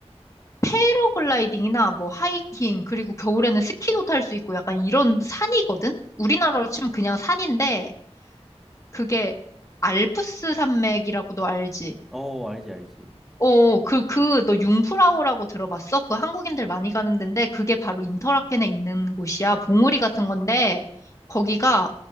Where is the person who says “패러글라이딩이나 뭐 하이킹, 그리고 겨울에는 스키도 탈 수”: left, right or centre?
Left